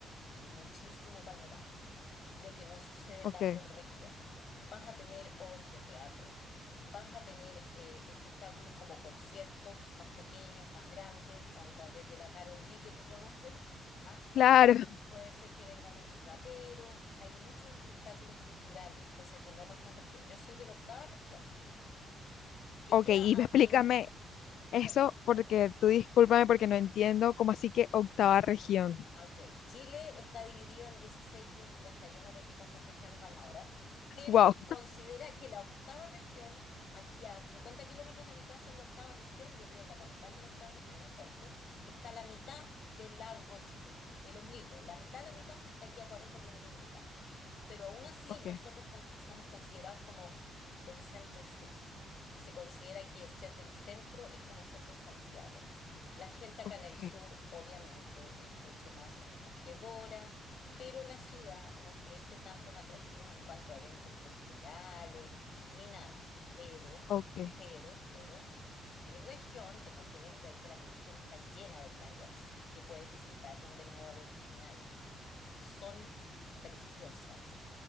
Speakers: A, on the left; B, on the left.
A: muchísimo panorama, lo que no sucede
B: Ok,
A: tanto en región. Vas a tener obras de teatro, vas a tener eh, espectáculos como conciertos más pequeños, más grandes, onda desde la Karol G que tú conoces hasta
B: claro.
A: puede ser que vengan otros raperos, hay muchos espectáculos culturales, cosas que no pasan en región. Yo soy de la octava región, que
B: Ok,
A: queda
B: y
A: aquí,
B: explícame eso
A: cuéntame.
B: porque tú discúlpame porque no entiendo cómo así que octava región.
A: Ok, Chile está dividido en 16, 15, ya está, yo me perdí cuántas regiones van ahora, pero
B: Wow.
A: considera que la octava región, aquí a 50 kilómetros de mi casa en la octava región, yo vivo en la capital de la octava región, en Conce, está la mitad del largo Chile, el ombligo, la mitad, la mitad está aquí a 40 kilómetros de mi casa, pero aún así
B: Ok,
A: nosotros con- somos considerados como del centro sur, se considera que ser del centro es como ser de Santiago. La gente acá
B: ok,
A: en el sur obviamente es mucho más acogedora, pero la ciudad no ofrece tantos atractivos en cuanto a eventos culturales ni nada. Pero,
B: ok.
A: pero, pero, mi región, tengo que vendértela, mi región está llena de playas que puedes visitar donde no va a haber un alma. Son preciosas.